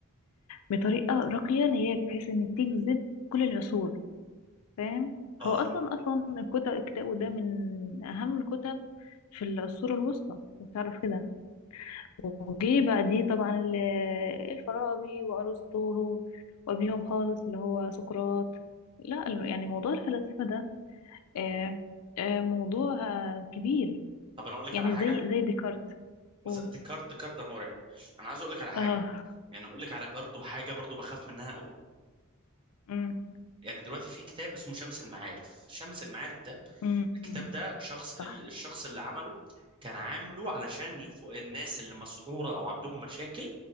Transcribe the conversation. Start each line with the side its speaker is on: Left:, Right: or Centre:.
Left: بطريقة راقية اللي هي بحيث إن تجذب كل العصور فاهم
Right: اه
Left: هو أصلا أصلا الكتب كتابه ده من أهم الكتب في العصور الوسطى بتعرف كده وجه بعديه طبعا ال- الفارابي وأرسطو وقبليهم خالص اللي هو سقراط لا يعني موضوع الفلسفة ده آه آه موضوع آه كبير
Right: طب انا اقول لك
Left: يعني
Right: على حاجة
Left: زي زي ديكارت قول
Right: ز- ديكارت ديكارت ده مرعب انا عايز اقول لك على حاجة
Left: اه
Right: يعني اقول لك على برضه حاجة برضه بخاف منها قوي.
Left: امم
Right: يعني دلوقتي في كتاب اسمه شمس المعارف شمس المعارف ده
Left: امم
Right: الكتاب ده شخص ال-
Left: صح
Right: الشخص اللي عمله كان عامله علشان يف... الناس اللي مسحورة او عندهم مشاكل